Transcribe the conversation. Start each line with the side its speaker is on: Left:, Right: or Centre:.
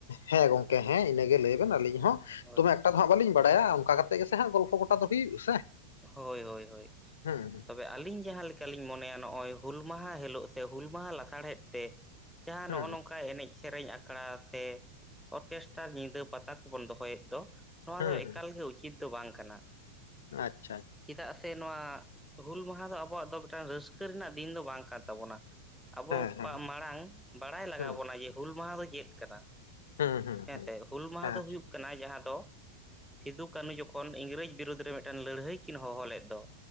Left: ᱦᱮᱸ ᱜᱚᱝᱠᱮ ᱦᱮᱸ ᱤᱱᱟᱹᱜᱮ ᱞᱟᱹᱭ ᱵᱮᱱ ᱟᱹᱞᱤᱧ ᱦᱚᱸ
Centre: ᱦᱳᱭ
Left: ᱫᱚᱢᱮ ᱴᱟ ᱫᱚ ᱦᱟᱸᱜ ᱵᱟᱹᱞᱤᱧ ᱵᱟᱲᱟᱭᱟ ᱚᱱᱠᱟ ᱠᱟᱛᱮ ᱜᱮᱥᱮ ᱦᱟᱸᱜ ᱜᱚᱯᱷᱚ ᱜᱚᱴᱟ ᱫᱚ ᱦᱩᱭᱩᱜ ᱥᱮ᱾
Centre: ᱦᱳᱭ ᱦᱳᱭ ᱦᱳᱭ
Left: ᱦᱩᱸ
Centre: <inaudible> ᱛᱚᱵᱮ ᱟᱹᱞᱤᱧ ᱡᱟᱦᱟᱸ ᱞᱮᱠᱟᱞᱤᱧ ᱢᱚᱱᱮᱭᱟ ᱱᱚᱜ-ᱚᱭ ᱦᱩᱞ ᱢᱟᱦᱟ ᱦᱤᱞᱳᱜ ᱥᱮ ᱦᱩᱞ ᱢᱟᱦᱟ ᱞᱟᱥᱟᱲᱦᱮᱸᱫ ᱛᱮ᱾ ᱡᱟᱦᱟᱸ
Left: ᱦᱩᱸ
Centre: ᱱᱚᱜ-ᱚ ᱱᱚᱝᱠᱟ ᱮᱱᱮᱡ ᱥᱮᱨᱮᱧ ᱟᱠᱷᱚᱲᱟ ᱥᱮ ᱚᱨᱠᱮᱥᱴᱟᱨ ᱧᱤᱫᱟᱹ ᱯᱟᱛᱟ ᱠᱚᱵᱚᱱ ᱫᱚᱦᱚᱭᱮᱫ ᱫᱚ᱾ ᱱᱚᱣᱟ
Left: ᱦᱩᱸ
Centre: ᱫᱚ ᱮᱠᱟᱞ
Left: ᱦᱩᱸ
Centre: ᱜᱮ ᱩᱪᱤᱛ ᱫᱚ ᱵᱟᱝ ᱠᱟᱱᱟ᱾
Left: ᱟᱪᱪᱷᱟ,
Centre: ᱪᱮᱫᱟᱜ ᱥᱮ ᱱᱚᱣᱟ, ᱦᱩᱞ ᱢᱟᱦᱟ ᱫᱚ ᱟᱵᱚᱣᱟᱜ ᱫᱚ ᱢᱤᱫᱴᱟᱝ ᱨᱟᱹᱥᱠᱟᱹ ᱨᱮᱱᱟᱜ ᱫᱤᱱ ᱫᱚ ᱵᱟᱝ ᱠᱟᱱ ᱛᱟᱵᱚ ᱱᱟ᱾ ᱟᱵᱚ
Left: ᱦᱮᱸ ᱦᱮᱸ
Centre: ᱯᱟ ᱢᱟᱲᱟᱝ ᱵᱟᱲᱟᱭ ᱞᱟᱜᱟᱣ
Left: ᱦᱩᱸ
Centre: ᱵᱚᱱᱟ ᱡᱮ ᱦᱩᱞ ᱢᱟᱦᱟ ᱫᱚ ᱪᱮᱫ ᱠᱟᱱᱟ?
Left: ᱦᱩᱸ ᱦᱩᱸ
Centre: ᱦᱮᱸ
Left: ᱦᱩᱸ
Centre: ᱥᱮ ᱦᱩᱞ ᱢᱟᱦᱟ
Left: ᱦᱮᱸ
Centre: ᱫᱚ ᱦᱩᱭᱩᱜ ᱠᱟᱱᱟ ᱡᱟᱦᱟᱸ ᱫᱚ ᱥᱤᱫᱩ ᱠᱟᱹᱱᱩ ᱡᱚᱠᱷᱚᱱ ᱤᱝᱨᱮᱡᱽ ᱵᱤᱨᱩᱫᱽ ᱨᱮ ᱴᱮᱱ ᱞᱟᱹᱲᱦᱟᱹᱭ ᱠᱤᱱ ᱦᱚᱦᱚ ᱞᱮᱫ ᱫᱚ᱾